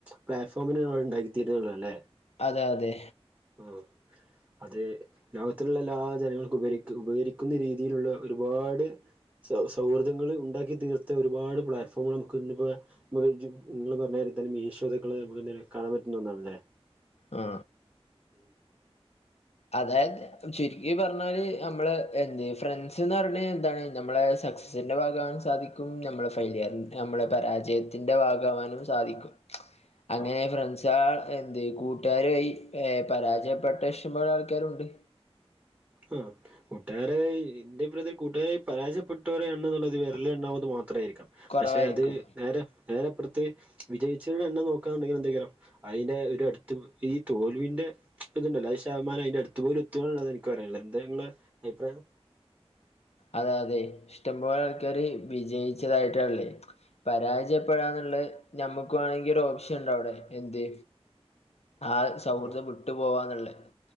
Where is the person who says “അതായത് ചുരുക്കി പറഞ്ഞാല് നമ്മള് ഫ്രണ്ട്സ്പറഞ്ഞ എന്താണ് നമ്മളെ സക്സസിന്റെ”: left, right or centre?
Left